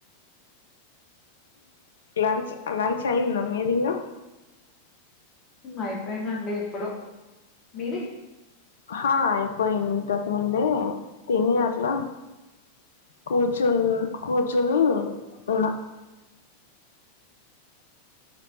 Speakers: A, on the left; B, on the left.
A: లంచ్ లంచ్ అయి్యందా మీదిలో
B: అయిపోయిందం అండి ఎప్పుడు మీది
A: హా అయిపోయింది ఇంతకుముందే తని అట్లా కూర్చు కూర్చుని ఉన్న